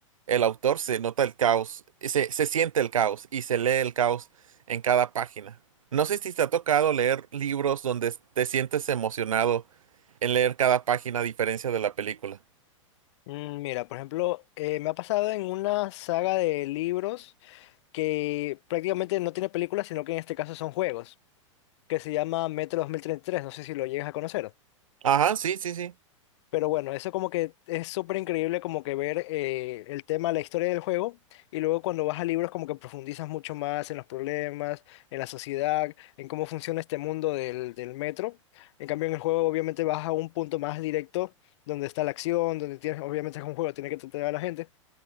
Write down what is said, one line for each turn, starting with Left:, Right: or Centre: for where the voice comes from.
Right: el autor se nota el caos, se, se siente el caos y se lee el caos en cada página. No sé si te ha tocado leer libros donde te sientes emocionado en leer cada página a diferencia de la película.
Left: Mm, Mira, por ejemplo, eh, me ha pasado en una saga de libros que prácticamente no tiene películas, sino que en este caso son juegos, que se llama Metro 2033, no sé si lo llegas a conocer.
Right: Ajá, sí, sí, sí.
Left: Pero bueno, eso como que es súper increíble como que ver eh, el tema, la historia del juego, y luego cuando vas a libros como que profundizas mucho más en los problemas, en la sociedad, en cómo funciona este mundo del, del metro. En cambio, en el juego obviamente vas a un punto más directo donde está la acción, donde tienes, obviamente es un juego, tiene que tratar a la gente.